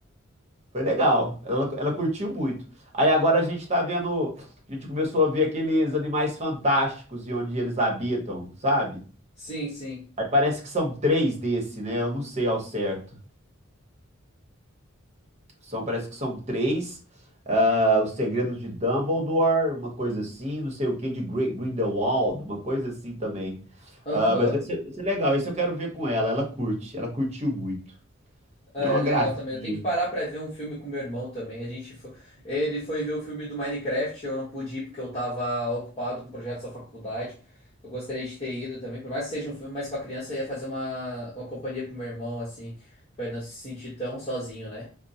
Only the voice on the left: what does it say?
sim, sim.
Aham.
É
legal
também. Eu tenho que parar pra ver um filme com meu irmão também. A gente foi... Ele foi ver o filme do Minecraft. Eu não pude ir porque eu tava ocupado com projetos da faculdade. Eu gostaria de ter ido também. Por mais que seja um filme mais pra criança, eu ia fazer uma, uma companhia pro meu irmão, assim, pra ele não se sentir tão sozinho, né?